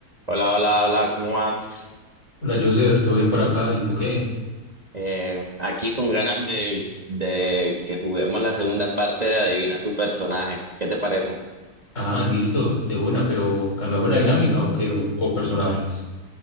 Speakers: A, on the right; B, on the left.
A: Hola, hola, hola, ¿cómo vas?
B: Hola, Joser, ¿todo bien por acá? ¿Y tú qué?
A: Eh, aquí con ganas de, de que juguemos la segunda parte de Adivina tu personaje. ¿Qué te parece?
B: Ah, listo, de una, pero ¿cambiamos la dinámica o qué? ¿O, o personajes?